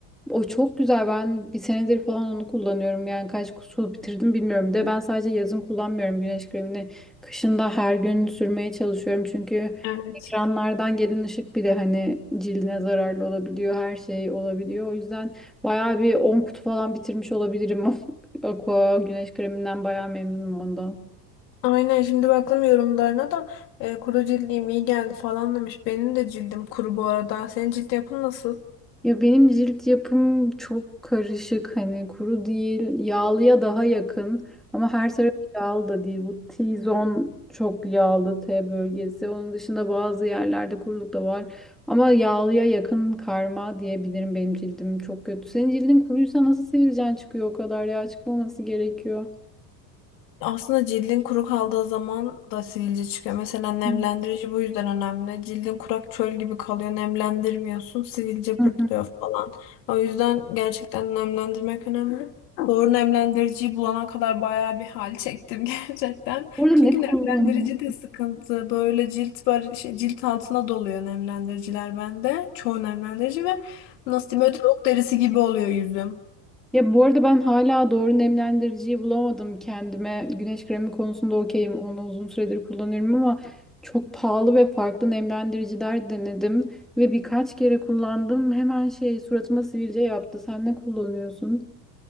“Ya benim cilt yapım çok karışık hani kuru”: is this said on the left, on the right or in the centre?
Centre